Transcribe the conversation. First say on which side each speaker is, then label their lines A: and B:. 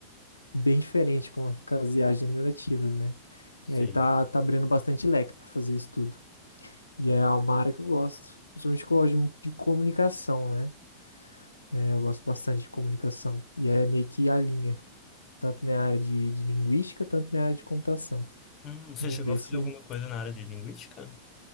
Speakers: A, on the left; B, on the left.
A: bem diferente com, com as IAs generativas, né?
B: Sim.
A: E aí tá, tá abrindo bastante leque para fazer isso tudo. E aí é uma área que eu gosto. Principalmente que eu gosto muito de comunicação, né? É, eu gosto bastante de comunicação. E aí é meio que a linha. Tanto minha área de, de linguística, tanto minha área de computação.
B: Hum, você
A: Vou
B: chegou
A: ver
B: a fazer
A: se.
B: alguma coisa na área de linguística?